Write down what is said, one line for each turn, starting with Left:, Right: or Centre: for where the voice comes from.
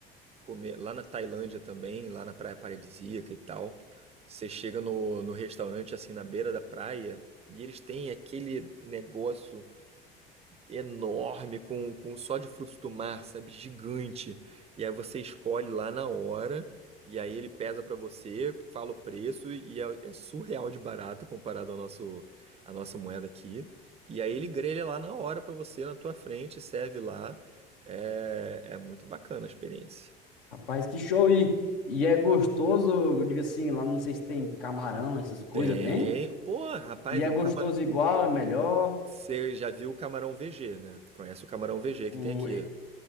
Right: comer lá na Tailândia também, lá na praia paradisíaca e tal. Você chega no, no restaurante assim na beira da praia e eles têm aquele negócio enorme, com, com um só de frutos do mar, sabe? Gigante. E aí você escolhe lá na hora, e aí ele pesa pra você, fala o preço, e é, é surreal de barato comparado ao nosso, à nossa moeda aqui. E aí ele grelha lá na hora pra você, na tua frente, serve lá. É, é muito bacana a experiência.
Left: Rapaz, que show! E, e é gostoso, eu digo assim, lá não sei se tem camarão, essas coisas,
Right: Tem.
Left: tem?
Right: Pô, rapaz,
Left: E é
Right: é
Left: gostoso
Right: um cama.
Left: igual, é melhor.
Right: Você já viu o camarão VG, né? Conhece o camarão VG
Left: O,
Right: que tem aqui.
Left: e-